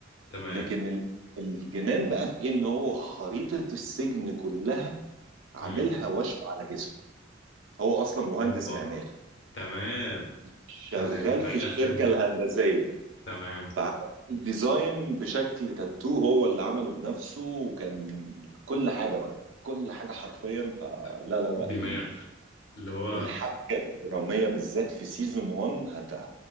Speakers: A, on the left; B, on the right.
A: تمام
B: لكن ال- الجنان بقى في إيه؟ ان هو خريطه السجن كلها عاملها
A: امم
B: وشم على جسمه هو اصلا مهندس
A: اوبا
B: معماري
A: تمام
B: شغال
A: فهي- هيدخن
B: في الشركه الهندسيه
A: تمام
B: فعمل الديزاين بشكل تاتو هو اللي عمله بنفسه وكان كل حاجة بقى كل حاجة حرفيا فلا
A: د-
B: لا لا
A: دماغ
B: ال-
A: اللي هو
B: الحبكة الدرامية بالذات في سيزون 1 هت...